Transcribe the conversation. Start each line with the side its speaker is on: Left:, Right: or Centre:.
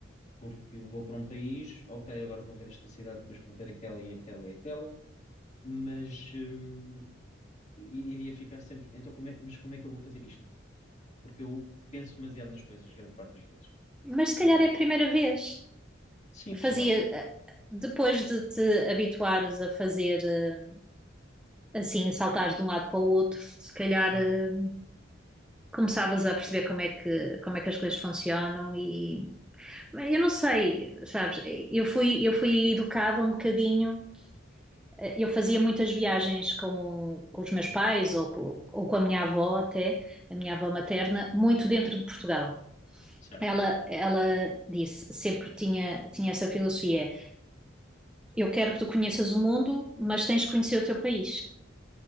Left: porque vou para um país, ok, agora vou ver esta cidade, depois vou ver aquela e aquela e aquela mas, hum, e iria ficar sempre, então como é, mas como é que eu vou fazer isto? Porque eu penso demasiado nas coisas, grande parte das vezes.
Centre: Mas se calhar
Left: Ahm,
Centre: é a primeira vez.
Left: sim,
Centre: Fazia,
Left: possivelmente.
Centre: eh, depois de te habituares a fazer eh, assim, saltares de um lado para o outro, se calhar
Left: Uhum,
Centre: eh, começavas a perceber como é que, como é que as coisas funcionam e eu não sei, sabes, eu fui, eu fui educada um bocadinho, eh, eu fazia muitas viagens com, com os meus pais ou com, ou com a minha avó até, a minha avó materna, muito dentro de Portugal.
Left: Certo,
Centre: ela, ela disse, sempre tinha, tinha essa filosofia: eu quero que tu conheças o mundo, mas tens de conhecer o teu país.